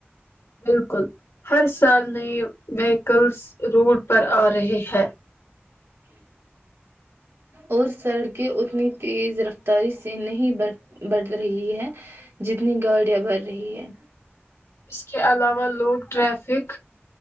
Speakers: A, on the left; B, on the right.
A: بالکل ہر سال نئے ویکلس روڈ پر آ رہے ہے
B: اور سڑکیں اتنی تیز رف اری سے نہیں ب بڑھ رہی ہے جتنی گاڑیاں بڑھ رہی ہے
A: اس کے علاوہ لوگ ٹریفک